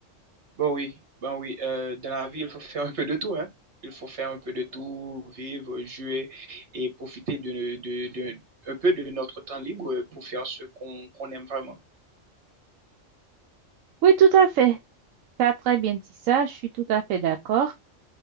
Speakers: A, on the right; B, on the right.
A: Bon oui, bon oui, euh, dans la vie, il faut faire un peu de tout, hein. Il faut faire un peu de tout, vivre, jouer et profiter de, de, de- un peu de notre temps libre pour faire ce qu'on qu'on aime vraiment.
B: Oui, tout à fait. Tu as très bien dit ça. Je suis tout à fait d'accord.